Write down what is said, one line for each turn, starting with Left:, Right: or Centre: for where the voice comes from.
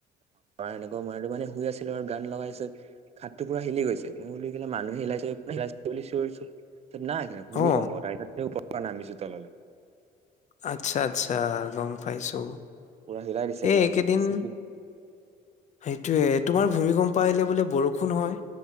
Right: এনেকুৱা মই মানে শুই আছিলো আৰু গান লগাইছে ঘাতটো পুৰা হিলি গৈছে মই কিলে মানুহে হিলাইছে হাইছে বুলি চিঞৰিছে নাই স ভুমিকম্প
Left: অ
Right: ব ত প নামিছো তললৈ
Left: আচ্ছা আচ্ছা গম পাইছো
Right: পুৰা হিলাই দিছে একদম
Left: এ এই
Right: খিৰিকি
Left: কেইদিন
Right: চিৰিকি
Left: সেইটোয়ে তোমাৰ ভূমিকম্প প আহিলে বোলে বৰষুণ হয়